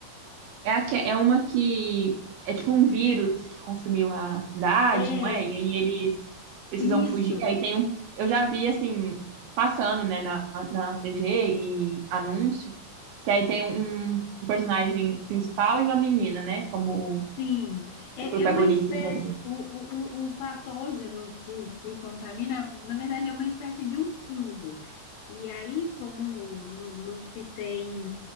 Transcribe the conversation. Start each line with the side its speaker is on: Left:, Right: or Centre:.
Right: É, a que- é uma que é tipo um vírus que consumiu a cidade,
Left: É,
Right: não é? E aí eles precisam
Left: isso.
Right: fugir. E aí tem um. Eu já vi assim, passando, né, na, na TV e anúncio, que aí tem um, um personagem principal e uma menina, né? Como
Left: Sim, é,
Right: os protagonistas
Left: é uma espécie,
Right: ali.
Left: o, o, o o patógeno que, que contamina, na verdade, é uma espécie de um fungo. E aí, como n- não se tem